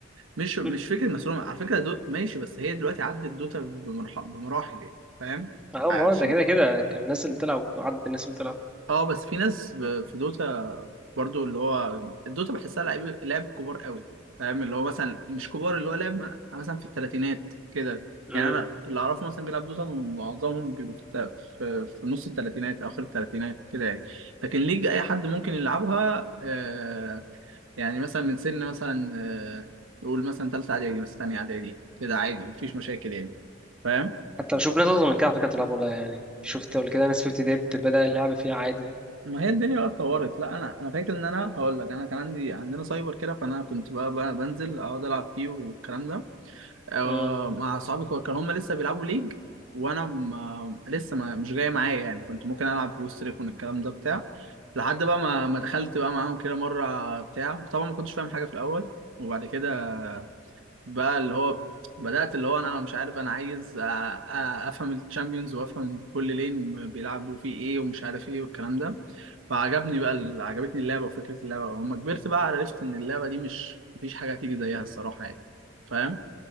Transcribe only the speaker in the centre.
مم.
اهو
ما هو ده كده كده كان الناس اللي بتلعب عدد الناس اللي بتلعب
امم
حتى بشوف ناس اصغر من كده على فكرة بتلعب والله يعني شفت قبل كده ناس في ابتدائي بتبدأ اللعبة فيها عادي
امم